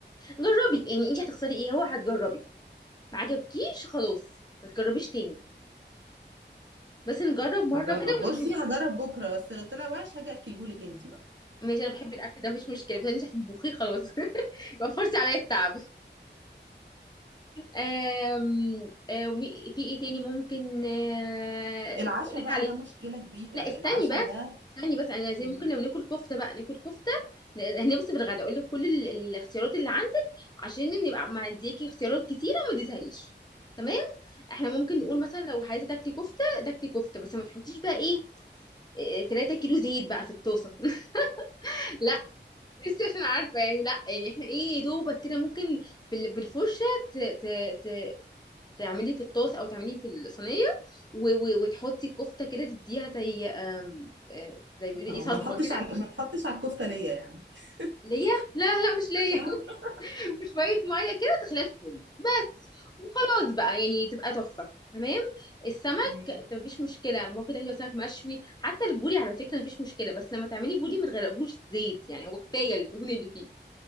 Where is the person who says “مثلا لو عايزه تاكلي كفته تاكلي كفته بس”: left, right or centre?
Left